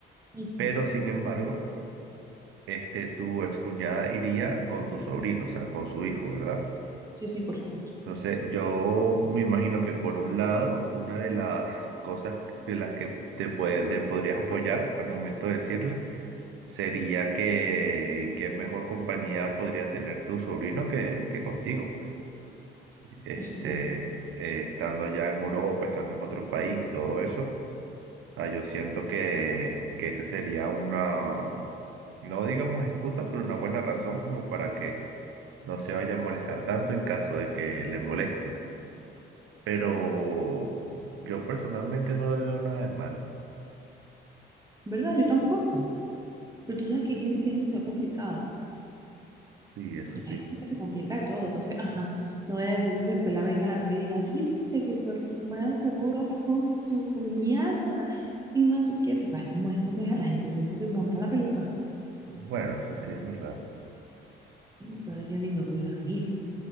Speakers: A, on the right; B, on the right.
A: ujú.
B: pero sin embargo, este, tu excuñada iría con tu sobrino, o sea, con su hijo, ¿verdad?
A: Sí, sí, por supuesto.
B: Entonces, yo me imagino que por un lado, una de las cosas de las que te, puede, te podrías apoyar al momento de decirle, sería que qué mejor compañía podría tener tu sobrino que, que contigo, pues, este,
A: Eso sí.
B: eh, estando ya en Europa, estando en otro país y todo eso, ah, yo siento que, que ese sería una, no digamos excusa, pero una buena razón como para que no se vaya a molestar tanto en caso de que le moleste. Pero yo personalmente no le veo nada de mal,
A: ¿Verdad? Yo tampoco. Pero tú sabes que hay gente que es demasiado complicada.
B: sí, eso sí.
A: Hay gente que se complica de todo. Entonces, ajá, no voy a decir, entonces pues la venga la novia y diga, viste que tu hermana se fue para Europa con su cuñada y no sé qué. Tú sabes cómo es, entonces la gente a veces se monta la peluca.
B: Bueno, eso sí es verdad.
A: Entonces yo digo, Dios mío.